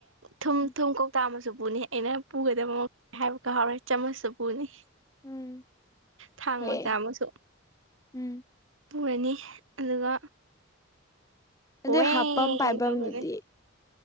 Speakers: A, on the right; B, on the left.
A: ꯊꯨꯝ
B: ꯎꯝ
A: ꯊꯨꯝ ꯀꯧꯇꯥ ꯑꯃꯁꯨ ꯄꯨꯅꯤ ꯑꯩꯅ ꯄꯨꯒꯗꯕ ꯃ ꯍꯥꯏꯕꯒ ꯍꯧꯥꯎꯔꯦ ꯆꯥꯃꯁꯁꯨ ꯄꯨꯅꯤ
B: ꯎꯝ
A: ꯊꯥꯡ
B: ꯍꯣꯏꯑꯦ
A: ꯃꯆꯥ ꯑꯃꯁꯨ
B: ꯎꯝ
A: ꯄꯨꯔꯅꯤ ꯑꯗꯨꯒ
B: ꯑꯗꯨꯏ
A: ꯍꯡ
B: ꯍꯥꯞꯐꯝ ꯄꯥꯏꯐꯝꯗꯨꯗꯤ
A: ꯇꯧꯒꯅꯤ